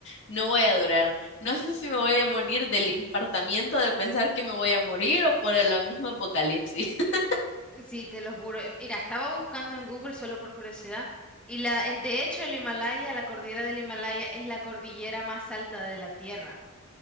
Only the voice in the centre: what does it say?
Eh, Sí, te lo juro. Eh, Mira, estaba buscando en Google solo por curiosidad. Y la, en- de hecho, el Himalaya, la cordillera del Himalaya, es la cordillera más alta de la Tierra.